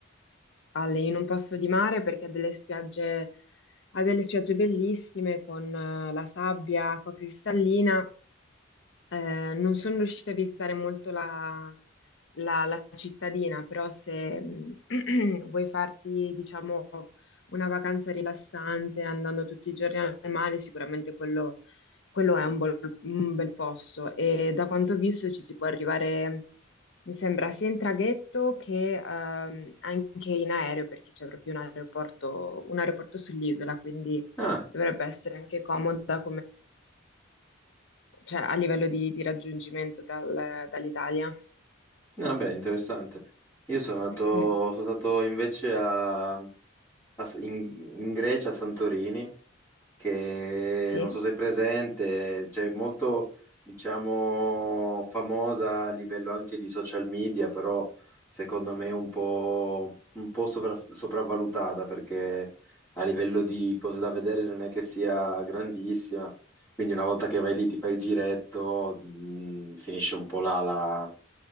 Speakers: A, on the left; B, on the left.
A: alle- in un posto di mare perché ha delle spiagge, ha delle spiagge bellissime con eh, la sabbia, acqua cristallina. Eh, non sono riuscita a visitare molto la, la- la cittadina, però se mh, <clears throat> vuoi farti, diciamo, una vacanza rilassante andando tutti i giorni al mare, sicuramente quello, quello è un, bol- un bel posto. E da quanto ho visto ci si può arrivare, mm, mi sembra, sia in traghetto che ehm, anche in aereo, perché c'è proprio un aeroporto, un aeroporto sull'isola, quindi
B: Ah,
A: dovrebbe essere anche comoda cioè a livello di, di raggiungimento dal- dall'Italia.
B: vabbè, interessante. Io sono andato,
A: Mm,
B: sono stato invece a a S- in, in Grecia, a Santorini, che
A: sì.
B: non so se è presente, cioè molto, diciamo, famosa a livello anche di social media, però secondo me un po', un po' sovra- sopravvalutata perché a livello di cose da vedere non è che sia grandissima. Quindi una volta che vai lì, ti fai il giretto, mh, finisce un po' là la,